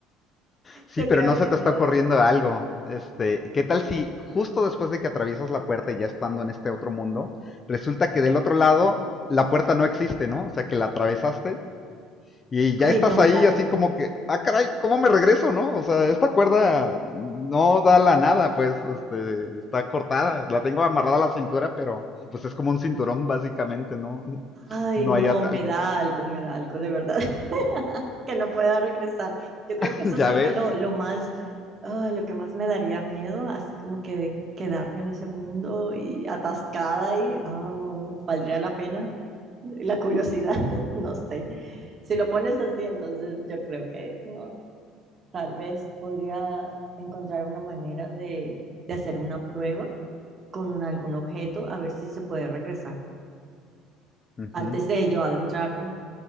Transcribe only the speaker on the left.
Sí,
pero
no se
te
está ocurriendo algo. Este, ¿qué tal si justo después de que atraviesas la puerta y ya estando en este otro mundo, resulta que del otro lado la puerta no existe, ¿no? O sea, que la atravesaste y ya
estás
ahí
así como que, ah, caray, ¿cómo me regreso, no? O sea, esta cuerda no da la nada, pues, este, está cortada. La tengo amarrada a la cintura, pero pues es como un cinturón básicamente, ¿no?
No
hay atal.
<laughs>
¿Ya
ves?
Ujú.